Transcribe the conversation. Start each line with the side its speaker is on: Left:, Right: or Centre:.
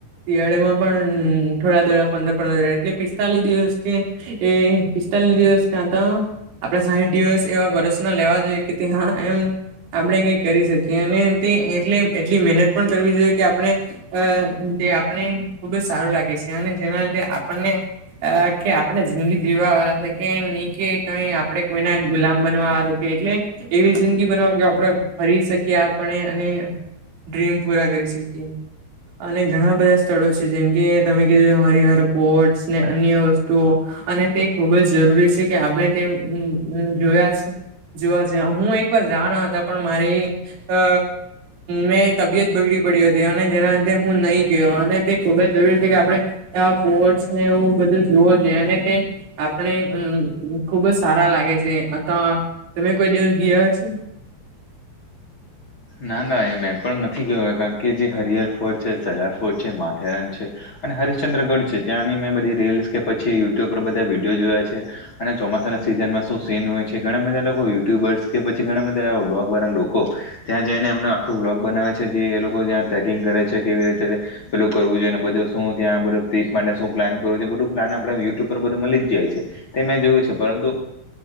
Right: શિયાળેમાં પણ થોડા દડા પંદર પંદર એટલે પિસ્તાલીસ દિવસ કે એ. દિવસ કાતા આપણે સાહીઠ દિવસ એવા વરોસના લેવા જોઈએ કે હ એમ. આપણે કઈ કરી શકીએ અને તે એટ એટલી મહેનત પણ કરવી જોઈએ કે આપણે. અ જે આપણે ખુબ જ સારું લાગે છે અને જેના લીધે આપણને અ કે આપડણે જિંદગી જીવા વાળ કે નહી કે કઈ આપડે કોઈના ગુલામ બનવા આરો કે એટલે એવી જિંદગી બનાવો કે આપડણે ફરી શકીએ આપણે અને ડ્રીમ પૂરા કરી શકીએ અને ઘણા બધા સ્થળો છે જેમકે તમે કીધું હર હર પોટ ને અન્ય વસ્તુઓ અને તે ખુબ જ જરૂરી છે કે આપણે તે જોયા છે. જોવા જ હું એક વાર જાવાના હતા પણ મારી અ મેં તબિયત બગડી પડી હતી અને જેના લીધે હું નહી ગયો અને તે ખુબ જ. જરૂરી છે કે આપણે સ્ટ ને એવું બધું જોવું જોઈએ અને તે આપણે હમ ખુબ જ સારા લાગે છે તમે કોઈ દિવસ ગયા હ છે.
Left: ના ના એ મેં પણ નથી કે કારણ કે જે હરિહર ફોર્ટ છે સલાાર ફોર્ટ છે માથેરાન છે. અને હરિશ્ચંદ્રગઢ છે ત્યાંની મેં બધી રીલ્સ કે પછી યુટ્યુબ પર બધા વિડીયો જોયા છે. અને ચોમાસાના સીઝનમાં શું સીન હોય છે, ઘણા બધા લોકો યુટ્યુબર્સ કે પછી ઘણા બધાવા વ્લોગ વાળા લોકો ત્યાં જઈને એમનું આખું વ્લોગ બનાવે છે જે એ લોકો જ્યાં ટ્રેકિંગ કરે છે કેવી રીતે પેલું કરવું જોઈએ અને બધું શું ત્યાંધ ટ માટે શું પ્લાન કરવું જો બધું પ્લાન આપ યુટ્યુબ પર બધું મળી જાય છે. તે મેં જોયું છુ, પરંતુ